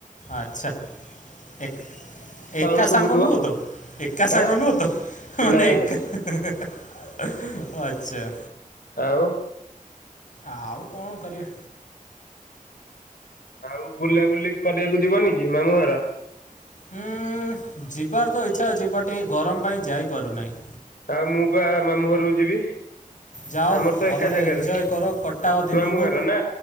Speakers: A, on the left; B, on the left.
A: ଆଛା ଏକ
B: ସାଉଣ୍ଡ
A: ଏକା
B: ଶୁଭୁଥିବ
A: ସାଙ୍ଗ ନୁହତ ଏକା ସାଙ୍ଗ
B: ଆଁ
A: ନୁହତ ମାନେ
B: ନା
A: ଏକା
B: ନା
A: <unintelligible>
B: ଆଉ।
A: ଆଉ କଣ କରିଆ।
B: ଆଉ ବୁଲାବୁଲି କରିବାକୁ ଯିବନି କି ମାମୁଁ ଘର।
A: ହୁଁ ଯିବାର ତ ଇଚ୍ଛା ଅଛି ବା ଟିକେ ଗରମ ପାଇଁ ଯାଇପାରୁନାହିଁ।
B: ଆଉ ମୁଁ ପା ମାମୁଁଘରକୁ ଯିବି।
A: ଯାଅ
B: ଆମର ତ
A: ଭଲରେ
B: ଏକା ଜାଗାରେ
A: ଏଞ୍ଜୟ କର, କଟାଅ ଦିନକୁ,
B: ମାମୁଁ ଘର ନା